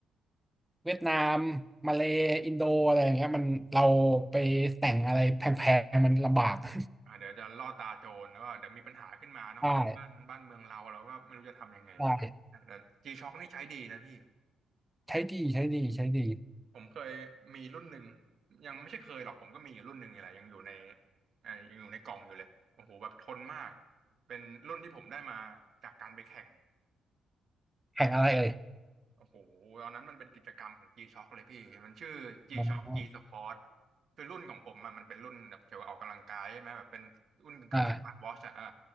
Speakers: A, in the centre; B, on the right.
A: เวียดนามมาเลย์อินโดอะไรอย่างเงี้ยมันเราไปแต่งอะไรแพงๆมันลำบาก <laughs>
B: อ่าเดี๋ยวจะล่อตาโจรแล้วก็เดี๋ยวมีปัญหาขึ้นมาเนาะไม่ใช่บ้านบ้านเมืองเราเราก็ไม่รู้จะทำยังไง
A: ได้ได้
B: แต่จีช็อคนี่ใช้ดีนะพี่
A: ใช้ดีใช้ดีใช้ดี
B: ผมเคยมีรุ่นหนึ่งยังไม่ใช่เคยหรอกผมก็มีอยู่รุ่นหนึ่งนี่แหละยังอยู่ในเอ่อยังอยู่ในกล่องอยู่เลยโอ้โหแบบทนมากเป็นรุ่นที่ผมได้มาจากการไปแข่ง
A: แข่งอะไรเอ่ย
B: โอ้โหตอนนั้นมันเป็นกิจกรรมของ G-Shock เลยพี่มันชื่อ G-Shock
A: อ๋อ
B: G Sport คือรุ่นของผมอะมันเป็นรุ่นแบบเกี่ยวกับออกกำลังกายใช่ไหมแบบเป็นรุ่นกึ่งสมาร์ทวอชอะอ่ะ
A: อ่า